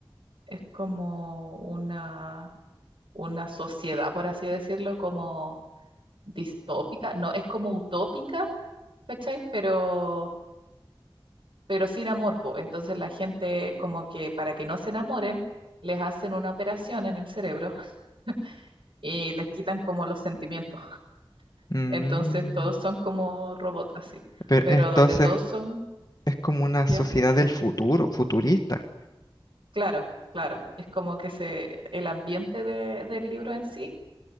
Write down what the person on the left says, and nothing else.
Mm,
Pero
entonces
es como una
sociedad del futuro, futurista.